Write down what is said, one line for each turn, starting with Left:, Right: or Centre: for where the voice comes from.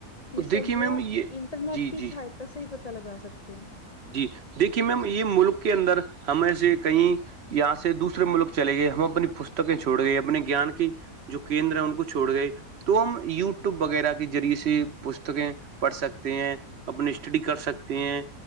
Left: یہ سب
Right: دیکھیے میم
Left: وہ
Right: یہ
Left: انٹرنیٹ
Right: جی
Left: کے
Right: جی
Left: سا صحیح پتہ لگا سکتے ہیں
Right: جی دیکھیے میم یہ ملک کے اندر ہمیں سے کہیں یہاں سے دوسرے ملک چلے گئے ہم اپنی پستکیں چھوڑ گئے اپنے گیان کی جو کیندر ہے ان کو چھوڑ گئے تو ہم یوٹیوب وغیرہ کے ذریعے سے پستکیں پڑھ سکتے ہیں اپنی اسٹڈی کر سکتے ہیں